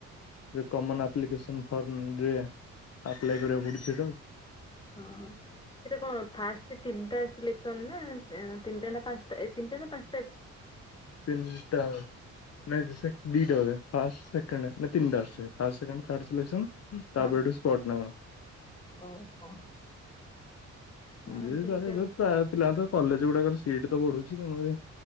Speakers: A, on the left (about 55°); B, on the left (about 15°).
A: ଯେ କମନ ଆପ୍ଲିକେସନ୍। ଫର୍ମ ରେ ଆପ୍ଲାଏ କରିବାକୁ ପଡୁଛି ତ।
B: ହଁ ସେଟା କଣ ଫା ତିନିଟା ସିଲେସନ ନା ତିନିଟା ନା ପାା ନିଟା ନା ପାଞ୍ଚ
A: ତିନଟା ନାଇ ସେ ଦିଟା ବୋଧେ। ଫ ସେକେଣ୍ଡ ନାଇ ତିନଟା ଆସୁଚି ଫାଷ୍ଟ ସେକେଣ୍ଡ ଥାର୍ଡ ସିଲେକ୍ସନ। ତାପରେ
B: ହଁ
A: ଏଠୁ ସ୍ପଟ ନା କଣ।
B: ଓହୋ। ହଁ
A: ଦିି
B: ସେଇ
A: <inaudible> ପ୍ରାୟ
B: ହିସାବ
A: ପିଲତ କଲେଜ ଗୁଡାକରେ ସିଟ ତ ବଢୁଛି ତରେ